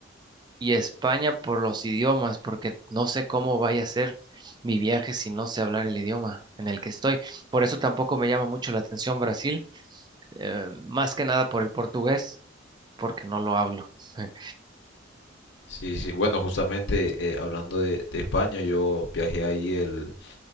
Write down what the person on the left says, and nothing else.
Sí, sí, bueno, justamente eh, hablando de, de España, yo viajé ahí el,